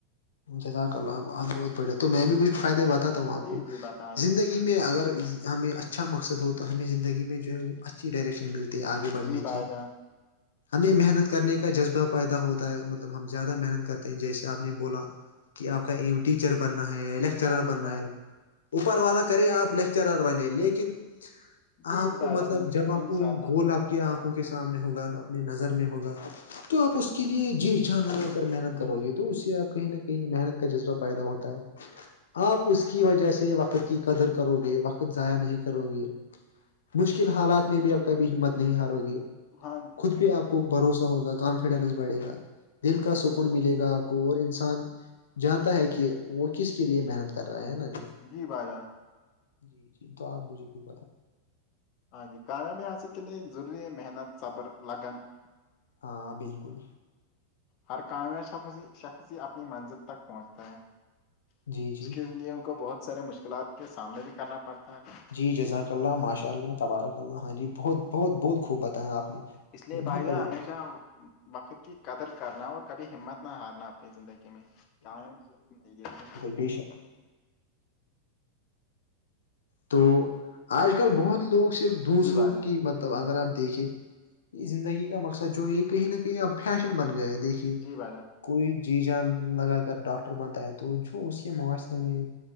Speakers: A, on the left (about 65°); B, on the left (about 40°).
A: جزاک الام بہت بڑھیا تو میں بھی کچھ فائدے بتاتا ہوں آپ
B: جی
A: کو
B: جی بتائیں
A: زندگی میں اگر ہمیں اچھا مقصد ہو تو ہمیں زندگی میں جو ہے وہ اچھی ڈائریکشن ملتی ہے آگے بڑھنے
B: جی بھائی
A: کی
B: جان
A: ہمیں محنت کرنے کا جذبہ پیدا ہوتا ہے مطلب ہم زیادہ محنت کرتے ہیں جیسے آپ نے بولا کہ آپ کا ایم ٹیچر بننا ہے لیکچرر
B: ہاں
A: بننا
B: جی بھائی
A: ہے اوپر والا کرے آپ لیکچرر بنے لیکن
B: جی
A: آپ کو
B: بھائی
A: مطلب
B: جان
A: جب آپ
B: انشاء
A: کو
B: اللہ
A: گول آپ کی آنکھوں کے سامنے ہوگا اپنی نظر میں ہوگا تو آپ اس کے لیے جیس جانور محنت
B: جی
A: کرو
B: جی
A: گی تو اس سے آپ کہیں نہ کہیں محنت کا جذبہ پائیدہ ہوتا ہے آپ اس کی وجہ سے وقت کی قدر کرو گے وقت ضائع نہیں کرو گی مشکل حالات میں بھی آپ کبھی ہمت نہیں ہارو گے
B: ہاں جی
A: خود بھی آپ کو بھروسہ ہوگا کہ کانفیڈنس بڑھے گا دل کا سکون ملے گا آپ کو اور انسان جانتا ہے کہ وہ کس کے لیے محنت کر رہا ہے نا جی
B: جی باجا <unintelligible>
A: جی جی تو آپ مجھے کوئی پت
B: ہاں جی کامیاب ہسا کے لیے ضروری محنت صبر لگان <inaudible>
A: ہاں بالکل
B: ہر کامیا ش شخصی اپنی منزل تک پہنچتا ہے <inaudible>
A: جی
B: اس
A: جی
B: کے لیے ان کو بہت سارے مشکلات کے سامنے بھی کرنا پڑتا ہے
A: جی جزاک اللہ ماشاء اللہ تبارک اللہ ہاں جی بہت بہت بہت خوب بتایا آپ نے
B: اس لیے
A: یہ بہت
B: بھائی
A: بڑی
B: جان
A: بات
B: ہمیشہ وقت کی قدر کرنا اور کبھی ہمت نہ ہارنا اپنی زندگی میں ؤیں بھی ضرور ملے گی <inaudible>
A: بری شک <unintelligible> تو آج کل بہت لوگ صرف دوسروں
B: جی بھائی جان
A: کی مطلب اگر آپ دیکھیں یہ زندگی کا مقصد جو یہ کہیں نہ کہیں اب فیشن بن گیا ہے دیکھیے کہ
B: جی بھائی جان
A: کوئی جی جان لگا کر ڈاکٹر بنتا ہے تو جو اس کے معاشرے میں